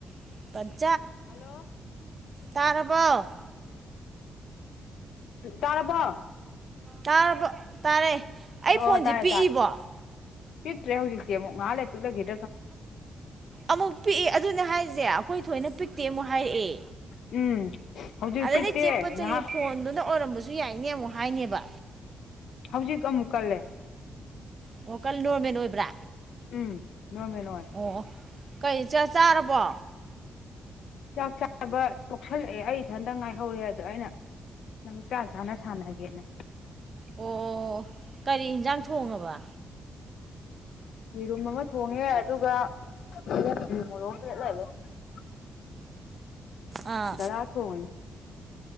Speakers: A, on the right; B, on the left.
A: <inaudible>
B: ꯍꯜꯂꯣ
A: ꯇꯥꯔꯕꯣ
B: ꯇꯥꯔꯕꯣ
A: ꯇꯥꯔꯕ ꯇꯥꯔꯦ ꯑꯩ
B: ꯑꯣ
A: ꯐꯣꯟꯁꯦ
B: ꯇꯥꯔꯦ
A: ꯄꯤꯛꯏꯕꯣ
B: ꯇꯥꯔꯦ ꯄꯤꯛꯇ꯭ꯔꯦ ꯍꯧꯖꯤꯛꯇꯤꯃꯨꯛ ꯉꯥꯏꯍꯥꯛ ꯂꯩꯔ ꯄꯤꯛꯈꯤꯒ
A: ꯑꯃꯨꯛ ꯄꯤꯛꯏ ꯑꯗꯨꯅꯦ ꯍꯥꯏꯔꯤꯁꯦ ꯑꯈꯣꯏ ꯊꯣꯏꯅ ꯄꯤꯛꯇꯦ ꯑꯃꯨꯛ ꯍꯥꯏꯔꯛꯑꯦ
B: ꯎꯝ ꯍꯧꯖꯤꯛ
A: ꯑꯗꯩꯗꯩ
B: ꯄꯤꯛꯇꯦ
A: ꯆꯦꯠꯄ
B: ꯉꯥꯏꯍꯥꯛ
A: ꯐꯣꯟꯗꯨꯅ ꯑꯣꯏꯔꯝꯕꯁꯨ ꯌꯥꯏꯅꯦ ꯑꯃꯨꯛ ꯍꯥꯏꯅꯦꯕ
B: ꯍꯧꯖꯤꯛ ꯑꯃꯨꯛ ꯀꯜꯂꯦ
A: ꯑꯃꯨꯛꯀ ꯅꯣꯔꯃꯦꯟ ꯑꯣꯏꯕ꯭ꯔꯥ
B: ꯎꯝ ꯅꯣꯔꯃꯦꯜ ꯑꯣꯏ
A: ꯑꯣ ꯀꯩ ꯆꯥꯔꯕꯣ
B: ꯆꯥꯛ ꯆꯥꯕ ꯇꯣꯛꯁꯤꯜꯂꯛꯑꯦ ꯑꯩ ꯏꯊꯟꯇ ꯉꯥꯏꯍꯧꯔꯦ ꯑꯗ ꯑꯩꯅ ꯅꯪ ꯆꯥ ꯆꯥꯅ ꯁꯥꯟꯅꯒꯦꯅ
A: ꯑꯣ ꯑꯣ ꯀꯔꯤ ꯏꯟꯁꯥꯡ ꯊꯣꯡꯉꯕ
B: ꯌꯦꯔꯨꯝ ꯑꯃ ꯊꯣꯡꯉꯦ ꯑꯗꯨꯒ <unintelligible>
A: ꯑꯥ
B: ꯗꯌꯥ ꯊꯣꯡꯉꯤꯅꯤ